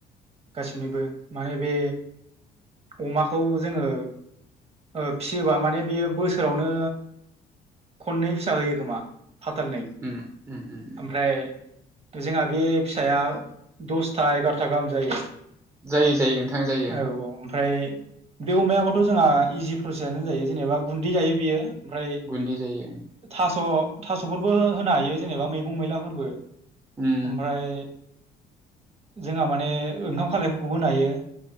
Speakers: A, on the right; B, on the right.
A: गासिनिबो माने बे अमाखौ जोङो ओ फिसियोबा माने बेयो बोसोरावनो खननै फिसा होयो खोमा। फाथालनै
B: उम उम
A: ओमफ्राय जोंहा बे फिसाया दसथा एगार'था गाहाम जायो।
B: जायो जायो नोंथां जायो।
A: औ ओमफ्राय बे अमायाबोथ' जोंहा इजि प्रसेसआनो जायो जेनेबा गुन्दै जायो बियो। ओमफ्राय
B: गुन्दै जायो
A: थास' थास'फोरबो होनो हायो जेनेबा मैगं मैलाफोरबो।
B: उम
A: ओमफ्राय जोंहा माने ओंखाम खालायफोरखौबो होनो हायो